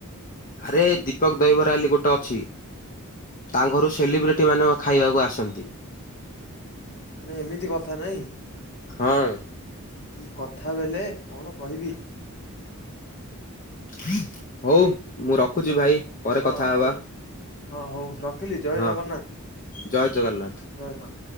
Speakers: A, on the left; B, on the left.
A: ଆରେ ଦୀପକ ଦହିବରା ହେଲି ଗୋଟେ ଅଛି। ତାଙ୍କ ଘରୁ ସେଲିବ୍ରେଟି ମାନ ଖାଇବାକୁ ଆସନ୍ତି।
B: ମାନେ ଏମିତି କଥା ନାଇଁ।
A: ହଁ।
B: କି କଥା ବେଲେ କଣ କହିବି?
A: ହୁଁ ହଉ ମୁଁ ରଖୁଛି
B: ହଁ
A: ଭାଇ ପରେ କଥା ହବା।
B: ହଉ ହଁ ହଉ ରଖିଲି ଜୟ
A: ହଁ
B: ଜଗନ୍ନାଥ
A: ଜୟ ଜଗନ୍ନାଥ।
B: ଜୟ ହଁ।